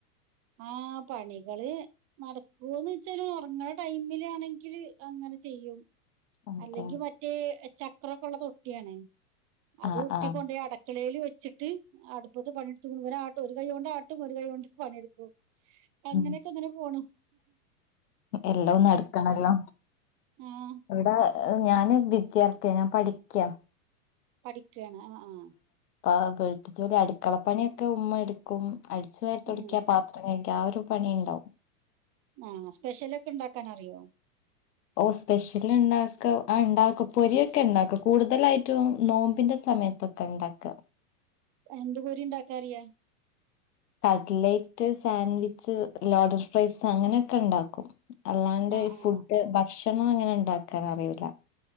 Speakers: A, on the right; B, on the left.
A: ആ പണികള് നടക്കോന്ന് വെച്ചാല് ഉറങ്ങ്ണടൈമിലാണെങ്കില് അങ്ങനെ ചെയ്യും.
B: അതെ
A: അല്ലെങ്കി മറ്റേ ചക്രക്കെ ള്ള തൊട്ടിയാണ് അത്
B: ആ
A: ഉരുട്ടിക്കൊണ്ടോയി
B: ആ
A: അടെ ക്കളേൽ വെച്ചിട്ട് അടുപ്പത്ത് പണിട്ത്ത് ങ്ങനെ ആട്ടും ഒരു കൈയ് കൊണ്ട് ആട്ടും ഒരു കൈ കൊണ്ട് പണിട്ക്കും. അങ്ങനൊക്കെങ്ങനെ
B: ഉം
A: പോണ്.
B: എല്ലം നട്ക്കണല്ലോ.
A: ആഹ്
B: വ്ടെ ഞാന് വിദ്യാർത്ഥ്യ ഞാൻ പഠിക്ക്യ.
A: പഠിക്കാണ് ആഹ ആഹ.
B: ആഹ വീട്ട് ജോലി അടുക്കളപ്പണിയൊക്കെ ഉമ്മ എടുക്കും അടിച്ചു വാരിത്തൊട്ക്കാ
A: ഉം
B: പാത്ര കഴ്ക ആ ഒരു പണിണ്ടാവും.
A: ആഹ സ്പെഷ്യലൊക്കെ ണ്ടാക്കാൻ അറിയോ?
B: ഓ സ്പെഷ്യലുണ്ടാക്ക ആഹ ണ്ടാക്കും പൊരിയൊക്കെ ഉണ്ടാക്കും കൂടുതലായിട്ടും നോമ്പിന്റെ സമയത്തൊ ക്കെ ണ്ടാക്ക.
A: എന്ത് പൊരി ഇണ്ടാക്കാറ്യ?
B: കട്ലേയ്റ്റ്, സാൻഡ്‌വിച്ച്, ലോഡഡ്ഫ്രൈസ് അങ്ങനെയൊക്കെ ഇണ്ടാക്കും. അല്ലാണ്ട്
A: ആഹ്
B: ഫുഡ് ഭക്ഷണം അങ്ങനെ ഇണ്ടാക്കാൻ അറിയുല.